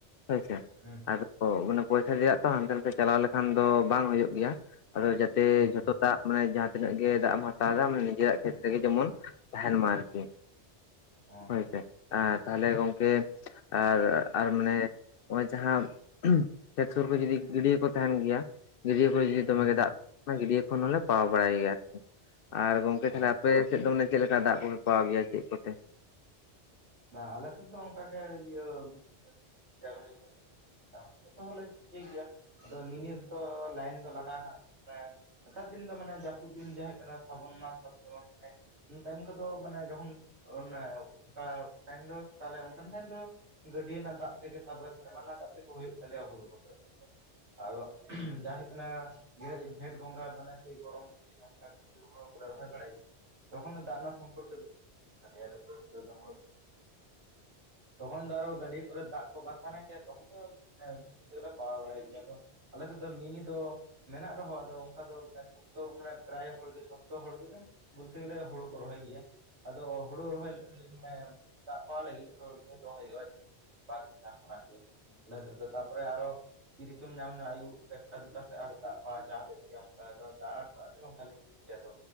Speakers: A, on the left (about 60°); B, on the right (about 85°).
A: ᱦᱳᱭ ᱥᱮ
B: ᱦᱩᱸ
A: ᱟᱫᱚ ᱚᱱᱟ ᱯᱚᱭᱥᱟ ᱨᱮᱭᱟᱜ ᱛᱚ ᱦᱟᱱᱛᱮ ᱱᱟᱛᱮ ᱪᱟᱞᱟᱣ ᱞᱮᱠᱷᱟᱱ ᱫᱚ ᱵᱟᱝ ᱦᱩᱭᱩᱜ ᱜᱮᱭᱟ ᱟᱫᱚ ᱡᱟᱛᱮ
B: ᱦᱩᱸ ᱦᱩᱸ
A: ᱡᱷᱚᱛᱚ ᱴᱟᱜ ᱢᱟᱱᱮ ᱡᱟᱦᱟᱸ ᱛᱤᱱᱟᱹᱜ ᱜᱮ ᱫᱟᱜ ᱮᱢ ᱦᱟᱛᱟᱣ ᱫᱟᱢ ᱢᱟᱱᱮ ᱱᱤᱡᱮᱨᱟᱜ ᱠᱷᱮᱛ ᱨᱮᱜᱮ ᱡᱮᱢᱚᱱ ᱛᱟᱦᱮᱱᱢᱟ ᱟᱨᱠᱤ᱾
B: ᱚ
A: ᱦᱳᱭᱥᱮ ᱟᱨ ᱛᱟᱦᱚᱞᱮ ᱜᱚᱝᱠᱮ ᱟᱨ ᱟᱨ ᱢᱟᱱᱮ ᱱᱚᱜ-ᱚᱭ ᱡᱟᱦᱟᱸ ᱠᱷᱮᱛ ᱥᱩᱨ ᱠᱚᱨᱮ ᱡᱩᱫᱤ ᱜᱟᱹᱰᱭᱟᱹ ᱠᱚ ᱛᱟᱦᱮᱱ ᱜᱮᱭᱟ ᱜᱟᱹᱰᱭᱟᱹ ᱠᱚᱨᱮ ᱡᱩᱫᱤ
B: ᱦᱩᱸ
A: ᱫᱚᱢᱮᱜᱮ
B: ᱦᱩᱸ
A: ᱫᱟᱜ ᱚᱱᱟ ᱜᱟᱹᱰᱭᱟᱹ ᱠᱷᱚᱱ ᱦᱚᱸᱞᱮ ᱯᱟᱣᱟᱶ ᱵᱟᱲᱟᱭ ᱜᱮᱭᱟ ᱟᱨᱠᱤ ᱟᱨ ᱜᱚᱝᱠᱮ ᱛᱟᱦᱚᱞᱮ
B: ᱚ
A: ᱟᱯᱮ ᱥᱮᱫ ᱫᱚ ᱢᱟᱱᱮ ᱪᱮᱫ ᱞᱮᱠᱟ ᱫᱟᱜ ᱠᱚᱯᱮ ᱯᱟᱣᱟᱶ ᱜᱮᱭᱟ ᱪᱮᱫ ᱠᱚᱛᱮ?
B: ᱟᱞᱮ ᱥᱮᱫ ᱫᱚ ᱚᱱᱠᱟᱜᱮ ᱤᱭᱟᱹ <unintelligible> ᱦᱮᱸ ᱛᱚ ᱛᱟᱦᱚᱞᱮ ᱴᱷᱤᱠ ᱜᱮᱭᱟ ᱟᱫᱚ ᱢᱤᱱᱤ ᱠᱚ ᱞᱟᱭᱤᱱ ᱫᱚ ᱞᱟᱦᱟ ᱦᱟᱸᱜ <unintelligible> ᱱᱮᱛᱟᱨ ᱫᱤᱱ ᱫᱚ ᱢᱟᱱᱮ ᱡᱟᱹᱯᱩᱫ ᱫᱤᱱ ᱡᱟ ᱦᱩᱭᱩᱜ ᱠᱟᱱᱟ ᱥᱨᱟᱵᱚᱱ ᱢᱟᱥ ᱵᱷᱟᱫᱽᱫᱨᱚ ᱢᱟᱱᱮ ᱚᱱᱟ ᱴᱟᱭᱤᱢ ᱠᱚᱫᱚ ᱢᱟᱱᱮ ᱡᱚᱠᱷᱚᱱ ᱚᱱᱟ ᱚᱱᱠᱟ ᱴᱟᱭᱤᱢ ᱫᱚ ᱛᱟᱦᱞᱮ ᱚᱱᱠᱟᱱ ᱴᱟᱭᱤᱢ ᱫᱚ ᱜᱟᱹᱰᱭᱟᱹ ᱨᱮᱱᱟᱜ ᱫᱟᱜ ᱛᱮᱜᱮ ᱛᱯᱚᱨᱮ ᱥᱮᱢᱟ ᱨᱮᱱᱟᱜ ᱫᱟᱜ ᱛᱮᱜᱮ ᱦᱩᱭᱩᱜ ᱛᱟᱞᱮᱭᱟ ᱦᱩᱲᱩ ᱠᱚ ᱫᱚ᱾ ᱟᱫᱚ ᱡᱟ ᱦᱩᱭᱩᱜ ᱠᱟᱱᱟ ᱡᱷᱮᱸᱴ ᱵᱚᱸᱜᱟ ᱢᱟᱱᱮ ᱥᱮᱭ ᱜᱚᱨᱚᱢ ᱫᱤᱱ ᱚᱱᱠᱟ ᱡᱚᱠᱷᱚᱡ ᱦᱩᱲᱩ ᱠᱚᱞᱮ ᱨᱚᱦᱚᱭ ᱵᱟᱲᱟᱭᱟ, ᱛᱠᱷᱚᱱ ᱫᱚ ᱫᱟᱜ ᱨᱮᱱᱟᱜ ᱥᱚᱝᱠᱚᱴ ᱫᱚ ᱵᱮᱥᱤ ᱜᱮ <inaudible> ᱛᱟᱞᱮᱭᱟ <unintelligible> ᱛᱚᱠᱷᱚᱱ ᱫᱚ ᱟᱨᱚ ᱜᱟᱹᱰᱤᱭᱟᱹ ᱠᱚᱨᱮ ᱫᱟᱜ ᱠᱚ ᱵᱟᱝ ᱛᱟᱦᱮᱱᱟ ᱜᱮᱭᱟ ᱛᱚᱠᱷᱱ ᱫᱚ ᱢᱟᱱᱮ ᱢᱤᱱᱤ ᱛᱮᱜᱮ ᱯᱟᱣᱟᱶ ᱵᱟᱲᱟᱭ ᱜᱮᱭᱟ ᱟᱫᱚ᱾ ᱟᱞᱮ ᱥᱮᱫ ᱫᱚ ᱢᱤᱱᱤ ᱫᱚ ᱢᱮᱱᱟᱜ ᱨᱮᱦᱚᱸ ᱟᱫᱚ ᱚᱱᱠᱟ ᱫᱚ ᱢᱟᱱᱮ ᱡᱷᱚᱛᱚ ᱢᱟᱱᱮ ᱯᱨᱟᱭ ᱦᱚᱲ ᱜᱮ ᱡᱷᱚᱛᱛᱚ ᱦᱚᱲ ᱜᱮᱜᱮᱢ ᱵᱚᱞᱛᱮ ᱜᱮᱞᱮ ᱦᱳᱲᱚ ᱠᱚ ᱨᱚᱦᱚᱭ ᱜᱮᱭᱟ, ᱟᱫᱚ ᱦᱩᱲᱩ ᱨᱚᱦᱚᱭ ᱢᱟᱱᱮ ᱫᱟᱜ ᱯᱟᱣᱟᱶ ᱞᱟᱹᱜᱤᱫ ᱟᱫᱚ ᱞᱟᱹᱭᱟ ᱫᱚᱦᱚᱭ ᱦᱩᱭᱩᱜᱼᱟ <unintelligible> ᱠᱷᱚᱱᱟᱜ ᱜᱮ ᱟᱞᱮ ᱥᱮᱫ ᱫᱚ ᱛᱟᱯᱚᱨᱮ ᱟᱨᱚ ᱛᱤᱨᱮᱪᱚᱢ ᱧᱟᱢ ᱤᱧᱼᱟ ᱟᱭᱩᱵ ᱮᱠᱴᱟ ᱫᱩᱴᱟ ᱥᱮᱫ ᱟᱨᱚ ᱫᱟᱜ ᱯᱟᱣᱟᱶ ᱪᱟᱜ ᱦᱩᱭᱩᱜ ᱜᱮᱭᱟ ᱚᱱᱠᱟ ᱫᱚ ᱫᱟᱜ <unintelligible> ᱜᱮ ᱟᱫᱚ,